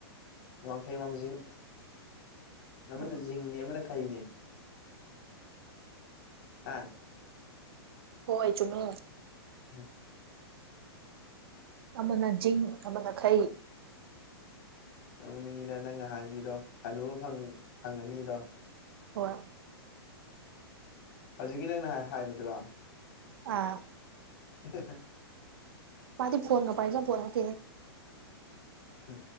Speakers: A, on the left; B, on the right.
A: ꯋꯥꯡꯈꯩ ꯋꯥꯡꯖꯤꯡ ꯑꯃꯅ
B: ꯎꯝ
A: ꯖꯤꯡꯅꯦ ꯑꯃꯅ ꯀꯩꯅꯦ ꯍꯥ
B: ꯍꯣꯏ ꯆꯅꯨ
A: ꯎꯝ
B: ꯑꯃꯅ ꯤꯡ ꯑꯃꯅ ꯈꯩ
A: ꯅꯣꯡꯅꯤꯡꯉꯤꯗ ꯅꯪ ꯅꯍꯥꯟꯒꯤꯗꯣ ꯍꯅꯨꯕ ꯐꯪꯉꯅꯤꯗꯣ
B: ꯍꯣꯏ
A: ꯍꯧꯖꯤꯛꯀꯤ ꯅꯪꯅ ꯍꯥꯏꯕꯗꯨꯔꯣ
B: ꯑꯥ
A: <inaudible>
B: ꯃꯥꯗꯤ ꯐꯣꯟꯅ ꯄꯥꯏꯖ ꯐꯣꯟ ꯀꯦ
A: ꯝ